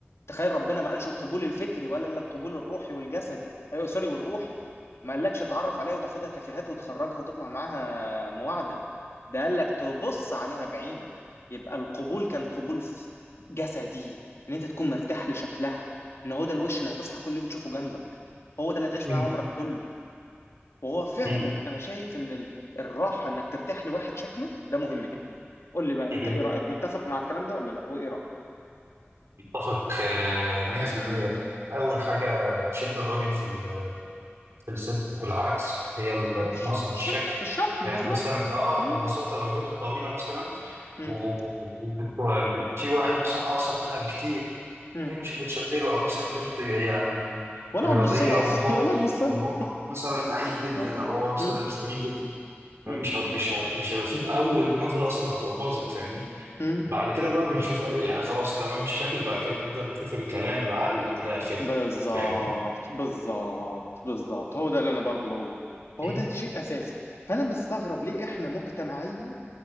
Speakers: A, on the left; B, on the right.
A: تخيل ربنا ما قالش القبول الفكري ولا الا القبول الروحي والجسدي ايوه سوري والروحي ما قالكش تعرف عليها وتاخدها كافيهات وتخرجها وتطلع معاها معادة ده قال لك تبص عليها بعينك يبقى القبول كان قبول ف- جسدي ان انت تكون مرتاح لشكلها ان هو ده الوش اللي هتصحى كل يوم تشوفه جنبك هو ده اللي هتعيش
B: مهم.
A: معاه عمرك كله وهو فعلا
B: مهم.
A: انا شايف ان ال- الراحة انك ترتاح لواحد شكله ده مهم جدا قول لي بقى
B: مهم.
A: انت ايه رأيك متفق مع الكلام ده ولا لا وايه رأيك
B: اتفق آه، 100% اول حاجه تشد الراجل في ال- في الست والعكس هي ال-
A: مم.
B: المظهر الشكل
A: الشكل الشكل
B: يعني
A: بالظبط
B: مثلا اه
A: مم.
B: ببساطه لو بنت طويله مثلا
A: مم.
B: و- وبت- وبت- في واحد مثلا اقصر منها بكتير
A: مم.
B: هي مش هتتشد له او مثلا بنت يعني
A: ولا
B: رياضيه
A: هتبص له
B: وهو
A: اصلا <laughs> ولا هتبص له
B: وهو مثلا نحيف جدا
A: آه.
B: او هو مثلا
A: مم.
B: سمين جدا فمش
A: مم.
B: هت- مش هت- مش هيبقى في اول نظره اصلا هتبقى باظت فاهمني
A: مم.
B: بعد كده بقى بنشوف أي- يعني خلاص تمام الشكل بعد كده بنبدأ نشوف الكلام العقل إلى آخره
A: بالظبط
B: فاهمني؟
A: بالظبط بالظبط هو ده اللي انا برضو بقوله هو
B: مم.
A: ده شيء اساسي فانا بستغرب ليه احنا مجتمعيا